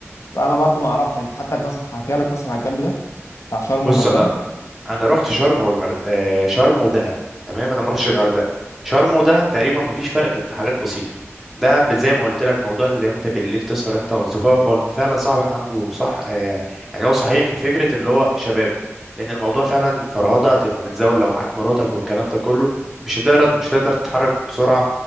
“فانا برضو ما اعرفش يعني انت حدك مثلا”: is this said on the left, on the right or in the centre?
Left